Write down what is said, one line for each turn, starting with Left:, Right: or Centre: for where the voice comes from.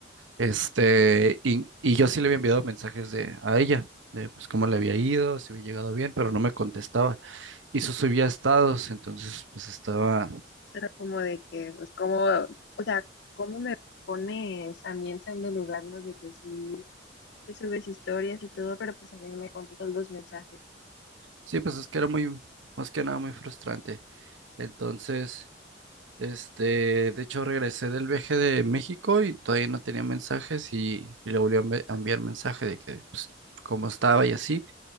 Right: Este, y, y yo sí le había enviado mensajes de, a ella, de pues cómo le había ido, si había llegado bien, pero no me contestaba. Y eso subía estados, entonces pues estaba,
Left: Era como de que, pues, como, o sea, cómo me pones a mí en segundo lugar, ¿no? De que sí, te subes historias y todo, pero pues a mí no me contestas los mensajes.
Right: sí, pues es que era muy, más que nada muy frustrante. Entonces, este, de hecho regresé del viaje de México y todavía no tenía mensajes y, y le volví a envi- a enviar mensaje de que, pues, cómo estaba y así.